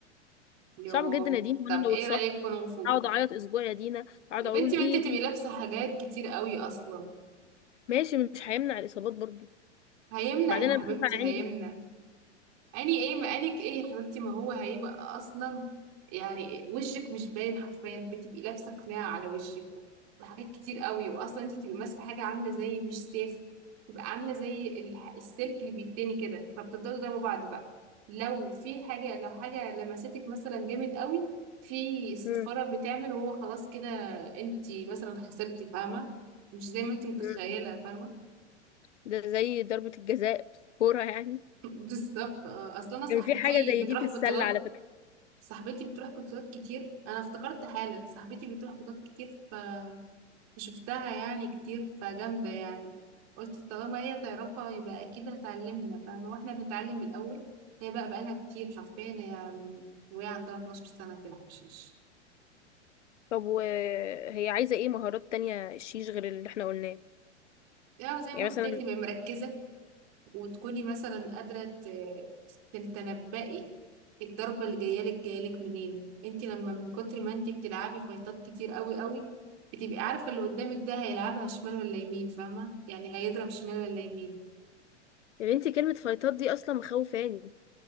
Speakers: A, on the right; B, on the left.
A: يوه
B: صعب جدا يا دينا وانا
A: طب
B: لو
A: ايه
B: اتصبت
A: رأيك كونغ فو
B: اقعد اعيط اسبوع يا دينا اقعد
A: يا
B: اقول
A: بنتي
B: ايه
A: ما انت تبقي
B: دي
A: لابسة حاجات كتير قوي اصلا
B: ماشي مش هيمنع الاصابات برضه
A: هيمنع
B: بعدين
A: يا حبيبتي
B: انا بخاف على عيني
A: هيمنع
B: جدا
A: اني ايه مقالك ايه يا حبيبتي ما هو هيبقى اصلا يعني وشك مش باين حرفيا بتبقي لابسه قناع على وشك و- وحاجات كتير قوي واصلا انت بتبقي ماسكه حاجه عامله زي مش سيف بتبقى عامله زي الح- السلك اللي بيتني كده فبتفضلوا تضربوا بعض بقى لو في حاجه لو حاجه لمستك مثلا جامد قوي في الصفاره
B: مم.
A: بتعمل وهو خلاص كده انت مثلا خسرتي فاهمه مش زي ما انت متخيله
B: مم.
A: فاهمه
B: ده زي ضربه الجزاء في الكوره يعني
A: <laughs> بالظبط اه اصل انا صاحبتي
B: كان في حاجه زي
A: بتروح
B: دي في السله
A: بطولات
B: على فكره
A: صاحبتي بتروح بطولات كتير انا افتكرت حالا صاحبتي بتروح بطولات كتير ف- فشفتها يعني كتير فجامدة يعني قلت طالما هي تعرفها يبقى اكيد هتعلمنا فاهمة واحنا بنتعلم الاول هي بقى بقالها كتير حرفيا هي من وهي عندها 12 سنة بتلعب شيش
B: طب وهي عايزه ايه مهارات تانية الشيش غير اللي احنا قلناه
A: يعني زي ما
B: يعني
A: قلت
B: مثلا
A: لك تبقى مركزة وتكوني مثلا قادرة ت- تتنبئي الضربة اللي جاية لك جاية لك منين انت لما من كتر ما انت بتلعبي فايتات كتير قوي قوي بتبقي عارفة اللي قدامك ده هيلعبها شمال ولا يمين فاهمة يعني هيضرب شمال ولا يمين
B: يا بنتي كلمه فايتات دي اصلا مخوفاني